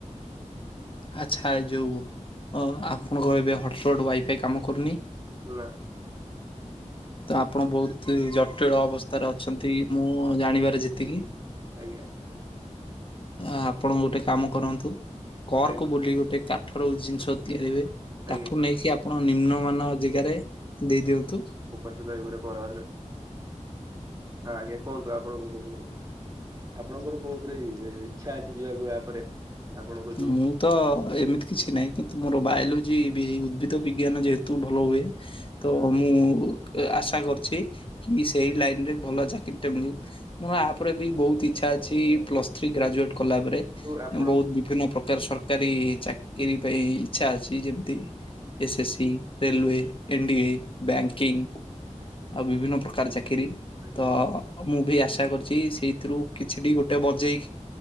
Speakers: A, on the left (about 45°); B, on the right (about 25°).
A: ଆଚ୍ଛା ଏ ଯୋଉ ଆପଣଙ୍କ ଏବେ ହଟସ୍ପଟ୍ ୱାଇଫାଇ କାମ କରୁନି।
B: ନା।
A: ତ ଆପଣ ବହୁତ ଜଟିଳ ଅବସ୍ଥାରେ ଅଛନ୍ତି ମୁଁ ଜାଣିବାରେ ଯେତିକି।
B: ଆଜ୍ଞା।
A: ଆପଣ ଗୋଟେ କାମ କରନ୍ତୁ କରକ
B: ଆଜ୍ଞା
A: ବୋଲି ଗୋଟେ। କାଠର ଜିନିଷ ତିଆରି ହୁଏ
B: ଆଜ୍ଞା
A: ତାକୁ ନେଇକି ଆପଣ ନିମ୍ନମାନାନ ଜାଗାରେ ଦେଇ ଦିଅନ୍ତୁ।
B: ମୁପଞ୍ଚ ସୁଦାଇ ବରେ କଣ ହେଲେ। ହଁ ଆଜ୍ଞା କୁହନ୍ତୁ ଆପଣ କଣ କହୁଛନ୍ତି। ଆପଣଙ୍କର କୋଉ ଉପରେ ଇଛା ଅଛି ଯିବାକୁ ୟା ପରେ। ଆପଣଙ୍କ ଯୋଉ
A: ମୁଁ ତ ଏମିତି କିଛି ନାହିଁ କିନ୍ତୁ ମୋର ବାୟୋଲୋଜି ବି ଉଦ୍ଭିଦ ବିଜ୍ଞାନ ଯେହେତୁ ଭଲ ହୁଏ। ତ ମୁଁ ଆଶା କରୁଛି କି ସେଇ ଲାଇନ ରେ। ଭଲ ଅଛି କେତେ ବ୍ଲୁ ଆପରେ ଇଚ୍ଛା ଅଛି ପ୍ଲସତ୍ରୀ। ପ୍ଲସତ୍ରୀ
B: କିନ୍ତୁ
A: ଗ୍ରାଜୁଏଟ କଲା ପରେ
B: ଆପଣ
A: ବହୁ। ବିଭିନ୍ନ ପ୍ରକାର ସରକାରୀ ଚାକିରି ପାଇଁ ଇଚ୍ଛା ଅଛି ଯେମିତି SSC. Railway NDA banking
B: ଆଜ୍ଞା।
A: ଆଉ ବିଭିନ୍ନ ପ୍ରକାର ଚାକିରୀ।
B: ଆଜ୍ଞା
A: ତ ମୁଁ ବି ଆଶା କରୁଛି ସେଇଥିରୁ କିଛିଟି ଗୋଟେ ବଜେଇକି।